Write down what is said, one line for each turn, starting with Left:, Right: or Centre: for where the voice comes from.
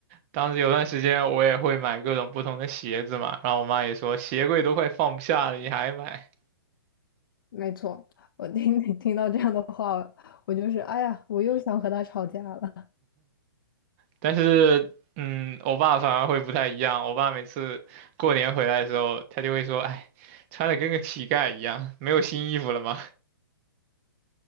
Right: 当时有段时间我也会买各种不同的鞋子嘛，然后我妈也说鞋柜都快放不下了，你还买？
Left: 没错，我听你听到这样的话，我就是哎呀，我又想和他吵架了。
Right: 但是，嗯，我爸反而会不太一样，我爸每次过年回来的时候，他就会说，哎，穿的跟个乞丐一样，没有新衣服了吗？